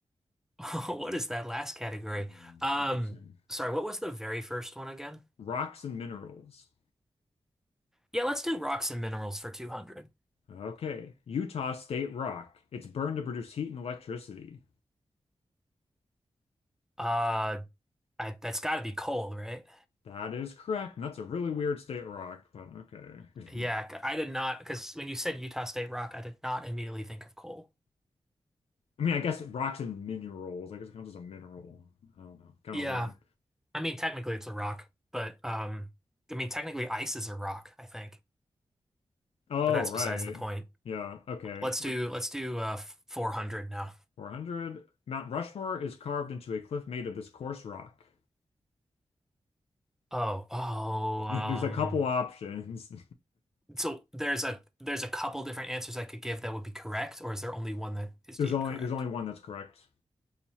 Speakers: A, in the centre; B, on the left (about 75°).
A: <laughs> What is that last category?
B: Hmm,
A: Um,
B: Interesting.
A: sorry, what was the very first one again?
B: Rocks and minerals.
A: Yeah, let's do rocks and minerals for 200.
B: Okay, Utah State rock. It's burned to produce heat and electricity.
A: Uh, I, that's got to be coal, right?
B: That is correct. And that's a really weird state rock, but okay. <laughs>
A: Yeah, c- I did not, because when you said Utah State rock, I did not immediately think of coal.
B: I mean, I guess rocks and minerals. I guess it counts as a mineral. I don't know. Kind
A: Yeah,
B: of weird.
A: I mean, technically it's a rock, but um, I mean, technically ice is a rock, I think,
B: Oh,
A: but that's
B: right.
A: besides the point.
B: Yeah, okay.
A: Let's
B: Which
A: do let's do uh 400 now.
B: 400? Mount Rushmore is carved into a cliff made of this coarse rock.
A: Oh, oh,
B: <laughs> There's
A: um.
B: a couple options.
A: So there's a there's a couple different answers I could give that would be correct, or is there only one that
B: <laughs>
A: is
B: There's
A: deemed
B: only
A: correct?
B: there's only one that's correct.